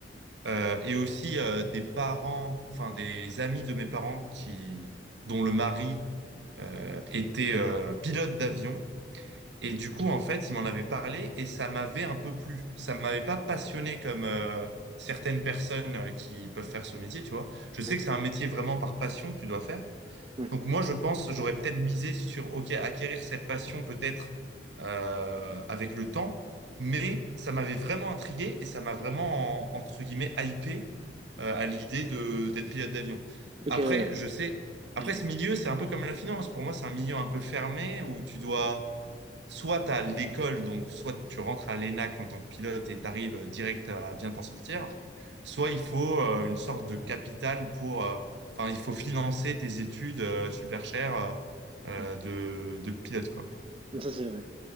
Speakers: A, on the right (about 80°); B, on the right (about 30°).
A: Euh, et aussi euh, des parents, enfin des amis de mes parents qui, dont le mari euh, était
B: là-dedans.
A: euh, pilote d'avion Et du
B: Ok,
A: coup, en fait, il m'en avait parlé et ça m'avait un peu plu. Ça m'avait pas passionné comme euh, certaines personnes euh, qui peuvent faire ce métier, tu vois. Je sais
B: ouais,
A: que c'est un métier vraiment par passion que tu dois faire.
B: ouais.
A: Donc moi, je pense, j'aurais peut-être misé sur, OK, acquérir cette passion peut-être euh, avec le temps, mais ça m'avait vraiment intrigué et ça m'a vraiment, en- entre guillemets, hypé euh, à l'idée de d'être pilote d'avion.
B: Ok,
A: Après,
B: ouais, ouais. Ok,
A: je sais, après
B: J'ai compris.
A: ce milieu, c'est un peu comme la finance. Pour moi, c'est un milieu un peu fermé où tu dois soit à l'école, donc soit tu rentres à l'ENAC en tant que pilote et tu arrives direct à bien t'en sortir, soit il faut euh, une sorte de capital pour, euh, enfin, il faut financer tes études euh, super chères. euh, euh,
B: Ouais.
A: de, de pilote, quoi.
B: Non, ça, c'est vrai.